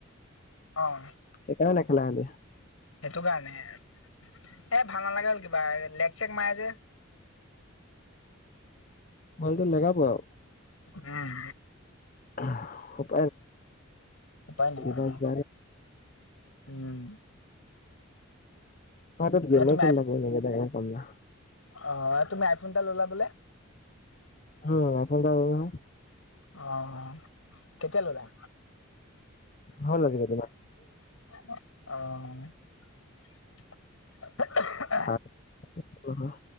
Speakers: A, on the left; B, on the left.
A: অহ
B: সেইকাৰণে নেখেলা হলি
A: সেইটো কাৰণে এ ভাল নালাগে হ'ল কিবা লেগ চেগ মাৰে যে
B: ভালতো লেগাব আৰু
A: উম
B: <inaudible>
A: উপায় নাই
B: ডিভাইচ
A: আৰু
B: বেয়া
A: উম
B: মই তাত গেমে
A: তুমি
B: খেলি
A: আইফ
B: থাকোঁ এনে থকাত কে কাম নাই
A: অ' এই তুমি আইফোন এটা ল'লা বোলে
B: উম আইফোন এটা ল'লো নহয়
A: অ' কেতিয়া ল'লা
B: হ'ল আজি কেইদিন মান
A: অ'
B: থাৰ্ড ছেকেণ্ড হেণ্ড নহয়